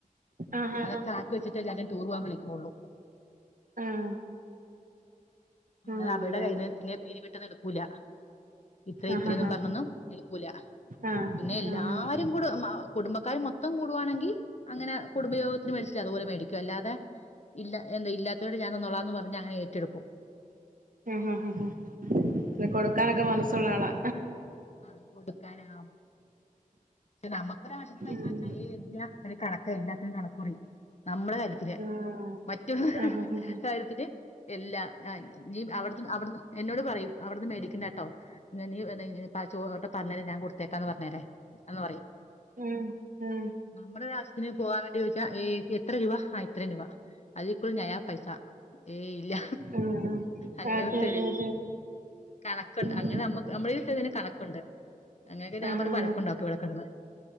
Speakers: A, on the right; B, on the left.
A: ആഹ് ആഹ്
B: അതൊക്കെ ആക്കി വെച്ചിട്ടേ എല്ലാരിം ടൂർ പോകാൻ വിളിക്കുള്ളൂ.
A: ആഹ് ആഹ്
B: അല്ലാതെ അവരുടെ
A: അതെ
B: കയ്യിൽന്ന്
A: അതെ
B: ഇങ്ങനെ പിരിവ് ഇട്ടത് എടുക്കൂല. ഇത്ര ഇത്രയൊന്നും
A: ആഹ് ആഹ്
B: പറഞ്ഞൊന്നും എട്ക്കൂല
A: ആഹ്
B: പിന്നെ എല്ലാരും.
A: ആഹ്
B: കുടു മ കുടുംബക്കാർ മൊത്തം കൂടുവാണെങ്കിൽ അങ്ങനെ കുടുംബ യോഗത്തിന് മേടിച്ചില്ലേ അതുപോലെ മേടിക്കും അല്ലാതെ ഇല്ല എന്താ ഇല്ലാത്തവരോട് ഞാൻ തന്നോളാന്ന് പറഞ്ഞ് അങ്ങനെ ഏറ്റെടുക്കും.
A: ആഹ് ഹാഹ് ഹാഹ് അല്ല കൊടുക്കാനൊക്കെ മനസ്സുള്ള ആളാ.
B: ആഹ് കൊടുക്കാനോ പക്ഷെ നമുക്കൊരാവശ്യത്തിന് പൈസ
A: ഉം
B: ചോയ്ച്ചാൽ ഏയ്‌ എന്തിനാ ഒരു കണക്ക് എല്ലാത്തിനും കണക്ക്‌ പറയും നമ്മളെ കാര്യ ത്തിന്
A: ആഹ്
B: മറ്റുള്ളോര്
A: ആഹ് ആഹ്
B: കാര്യത്തിന് എല്ലാ നി അവട്ന്ന് അവിടുന്ന് എന്നോട് പറയും അവിടുന്ന് മേടിക്കണ്ടാട്ടോ. ഞ നീ എന്താ പാ ചോ ട്ടാ പറഞേരെ ഞാൻ കൊടുത്തേക്കാന്ന് പറഞ്ഞേരേ എന്ന് പറയും.
A: ഉം ഉം
B: നമ്മുടെ ഒരാവശ്യത്തിന് പോവാൻ വേണ്ടി ചോയ്ച്ചാ ഏയ് എത്ര രൂപ ആ ഇത്രയും രൂപ. അതിൽ കൂടുതൽ നയാപൈസ ഏയ് ഇല്ല
A: ഉം ഉം
B: അങ്ങനത്തൊരു.
A: അതെ അതെ അതെ
B: കണക്കുണ്ട്
A: ഉം
B: അങ്ങനെ നമ്മക്ക് നമ്മളേൽ ഇട്ടതിനു കണക്കുണ്ട് അങ്ങനെയൊക്കെ ഞാൻ
A: ആഹ്
B: പറയും വഴ ക്കുണ്ടാക്കും ഇവിടെ കെടന്ന്